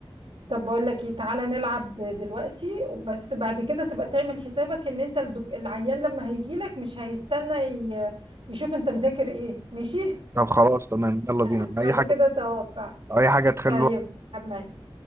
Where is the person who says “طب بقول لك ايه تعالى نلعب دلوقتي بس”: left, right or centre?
Right